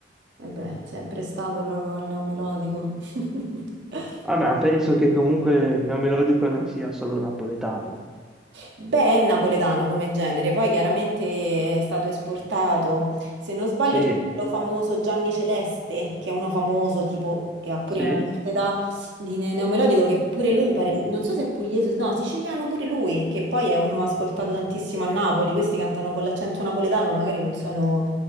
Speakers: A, on the right; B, in the centre.
A: eh beh, si è prestato proprio al neomelodico. <laughs>
B: Ah, ma penso che comunque neomelodico non sia solo napoletano.
A: Beh, è napoletano come genere, poi chiaramente è stato esportato. Se non sbaglio,
B: Sì,
A: c'è quello famoso Gianni Celeste, che è uno famoso, tipo, che ha pure
B: sì.
A: una certa età di ne- neomelodico, che pure lui mi pare, non so se è pugliese, no, siciliano pure lui, che poi è uno ascoltato tantissimo a Napoli. Questi cantano con l'accento napoletano, ma magari non sono,